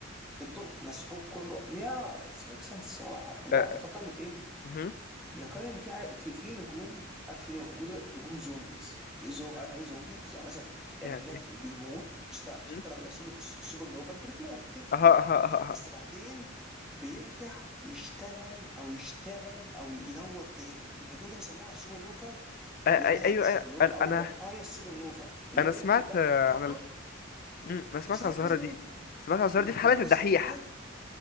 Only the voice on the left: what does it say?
أه.
مهم.
يعني
ايه
مهم.
اها اها اها اها
أه،
أي- ايوه ايوه
انا
انا
انا
سمعت
آه،
عن ال... مم، انا سمعت
عن الظاهره
دي سمعت عن الظاهره
دي
في حلقه
الدحيح